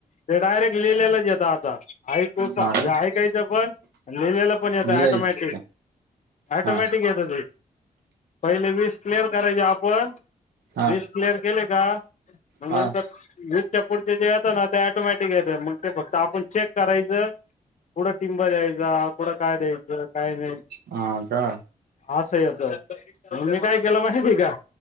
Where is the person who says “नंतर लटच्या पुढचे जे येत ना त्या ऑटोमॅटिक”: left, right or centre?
Left